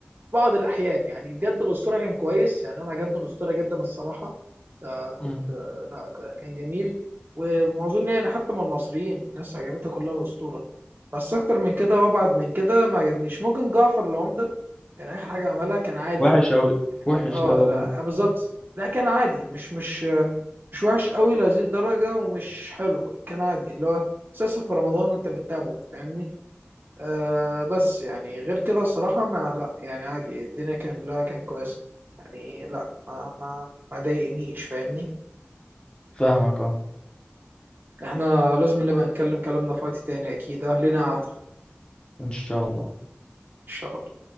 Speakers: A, on the right (about 50°); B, on the left (about 25°).
A: بعض الأحيان يعني بجد الأسطورة كان كويس يعني أنا عجبني الأسطورة جدا الصراحة آه، كنت
B: مم.
A: آه، لا ك- كان جميل ومعظم يعني حتى من المصريين الناس عجبتها كلها الأسطورة بس أكتر من كده وأبعد من كده ما عجبنيش ممكن جعفر العمدة كان آخر حاجة عملها كان عادي
B: وحش اوي
A: يعني
B: وحش
A: اه
B: لا لا
A: لا
B: لا
A: آه، بالظبط لا كان عادي مش مش آه، مش وحش قوي لهذه الدرجة ومش حلو كان عادي اللي هو مسلسل في رمضان وأنت بتتابعه فاهمني آه بس يعني غير كده الصراحة ما لا يعني عادي الدنيا كان لا كان كويس يعني لا ما ما ما ضايقنيش فاهمني
B: فاهمك اه
A: احنا لازم نبقى نتكلم كلامنا في وقت تاني اكيد آه، لنا قعدة ان
B: ان شاء الله
A: شاء الله